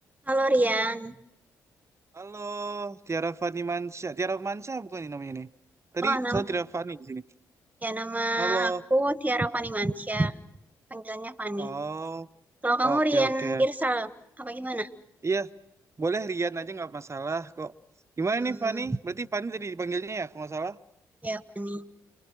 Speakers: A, on the right; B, on the right.
A: Halo Rian.
B: Halo, Tiara Fani Mansyah. Tiara Mansyah bukan ini namanya nih. Tadi
A: Oh, nam
B: soal Tiara Fani di sini.
A: ya nama
B: Halo.
A: aku Tiara Fani Mansyah. Panggilannya Fani.
B: Oh,
A: Kalau kamu
B: oke
A: Rian
B: oke.
A: Irsal, apa gimana?
B: Iya, boleh Rian aja nggak masalah kok. Gimana
A: Hmm,
B: nih Fani? Berarti Fani tadi dipanggilnya ya, kalau nggak salah.
A: ya Fani.